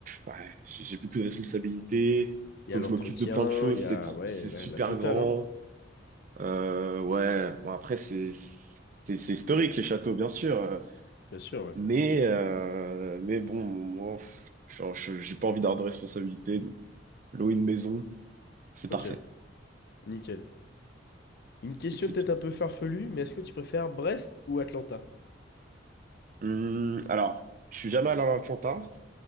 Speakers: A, on the right (about 45°); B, on the left (about 60°).
A: ouais, j'ai j'ai beaucoup de responsabilités.
B: Il
A: Faut
B: y a l'entretien,
A: que je m'occupe de plein de choses.
B: il y
A: C'est
B: a...
A: trop...
B: Ouais,
A: c'est
B: la,
A: super
B: la totale,
A: grand.
B: hein.
A: Euh, ouais, bon, après, c'est... C'est c'est historique, les châteaux, bien sûr. euh,
B: Bien sûr, ouais.
A: Mais, euh, mais bon, moi, pff, je- je- j'ai pas envie d'avoir de responsabilités. Louer une maison, c'est parfait.
B: Ok, nickel. Une question
A: C'est exceptionnel.
B: peut-être un peu farfelue, mais est-ce que tu préfères Brest ou Atlanta?
A: Hum, alors, je suis jamais allé à l'Atlanta.